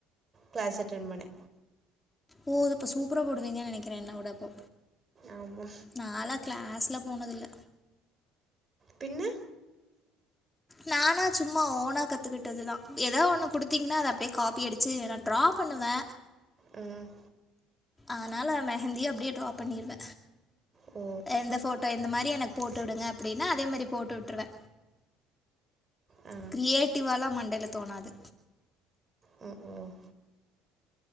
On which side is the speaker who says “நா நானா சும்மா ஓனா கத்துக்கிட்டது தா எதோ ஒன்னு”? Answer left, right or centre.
Left